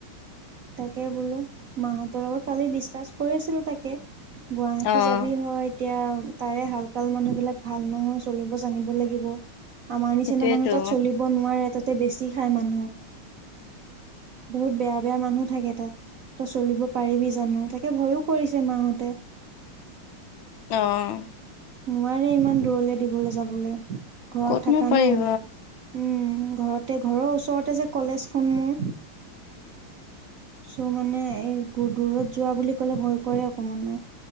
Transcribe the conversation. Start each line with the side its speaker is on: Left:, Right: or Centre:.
Right: তাকে বোলো মাহঁতৰ লগত কালি ডিচকাচ কৰি আছিলো তাকে। গুৱাহাটী
Left: অঁ
Right: যাবি হয় এতিয়া তাৰে হালকাল মানুহ। বিলাক ভাল নহয় চলিব জানিব লাগিব আমাৰ নিচিনা
Left: সেইটোৱেতো
Right: মানুহ তাত চলিব নোৱাৰে ত। বেছি খাই মানুহক, বহুত বেয়া বেয়া মানুহ থাকে তাত। তই চলিব পাৰিবি জানো তাকে ভয়ো কৰিছে মা হতে।
Left: অঁহ।
Right: নোৱাৰে ইমান দূৰলে দিবলে যাবলে, ঘৰত
Left: ক'তনো
Right: থাকা
Left: পাৰিব
Right: ন, উম। ঘৰতে ঘৰৰ ওচৰতে যে কলেজখন মোৰ। চ' মানে এই দূৰত যোৱা বুলি ক'লে ভয় কৰে অকমান।